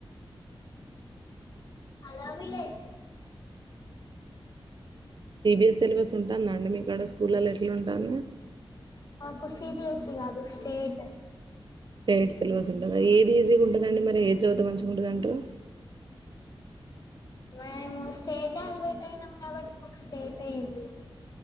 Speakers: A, on the left (about 45°); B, on the right (about 55°).
A: అలా విల్లైతే
B: సిబిఎస్ సిలబస్ ఉంటుందండి మీకు అడ స్కూల్లో ఎట్లా ఉంటాంది
A: మాకు సిబిఎస్స కార్దు స్టేట్
B: స్ట్రేట్ సిలబస్ ఉంటుంది ఏది ఈజీగా ఉంటుందండి మరి ఏది చదువుతా మంచిగా ఉంటుంది అంటారు
A: మేము స్టేట్ అలబెట్ అయినాం కాబట్టి మాకు స్టేట్ ఈజీ